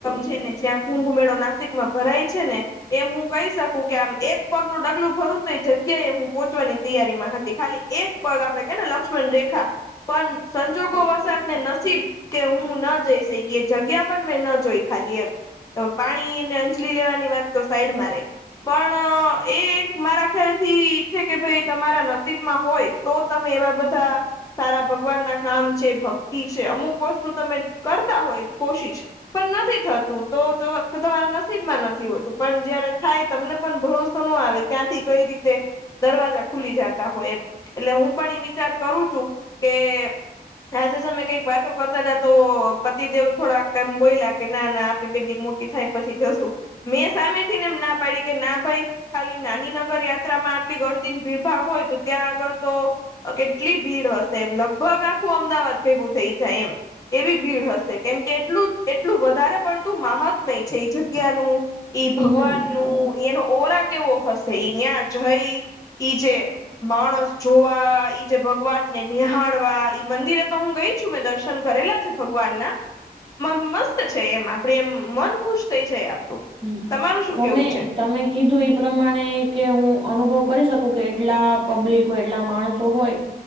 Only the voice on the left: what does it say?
છે ને જ્યાં કુંભમેળો નાસિકમા ભરાય છે ને એમ હું કહી શકું કે આમ એક પગનું ડગલું ભરું ને તો એ જગ્યાએ એ હું પોહોંચવાની તૈયારી માં હતી ખાલી એક પગ આપડે કેને લક્ષ્મણ રેખા પણ સંજોગો વસાતને નસીબ કે હું ન જઈ શકી એ જગ્યા પણ મેં ન જોઈ ખાલી એમ તો પાણીને અંજલી લેવાની વાત તો સાઈડમાં રહી પણ એ એક મારા ખ્યાલ થી ઈ છે કે ભાઈ તમારા નસીબમાં હોય તો તમે એવા બધા સારા ભગવાન ના કામ છે, ભક્તિ છે અમુક વસ્તુ તમે કરતા હોય કોશિશ પણ નથી થતું તો તમારા નસીબ માં નથી હોતું. પણ જયારે થાય તમને પણ ભરોસો ન આવે ક્યાંથી કઈ રીતે દરવાજા ખુલી જતા હોય એમ એટલે હું પણ એ વિચાર કરું છું કે આજે જો તમે કઈક વાતો કરતા હતાા તો પતિદેવ થોડાક એમ બોયલા કે ના ના બેબી મોટી થાય પછી જોશું મેં સામે થી ને એમ ના પાડી કે ના ભાઈ ખાલી નાની નગર યાત્રામાં આટલી ગડદીને ભીડભાડ હોય તો ત્યાં આગળ તો કેટલી ભીડ હશે એમ લગભગ આખું અમદાવાદ ભેગું થઈ જાય એમ. એવી ભીડ હશે કેમ કે એટલું એટલું વધારે પડતું મહાત્મય છે એ જગ્યાનું ઈ ભગવાન
નો એનો ઓરા કેવો હશે ઈ ન્યાં જય ઈ જે માણસ જોવા ઈ જે ભગવાનને નિહાળવા ઈ મંદિરે તો હું ગઈ છું મેં દર્શન કરેલા ભગવાન ના મસ્ત છે એમ આપડે એમ મન ખુશ થઈ જાય આપણું
તમારું શું
કેવું છે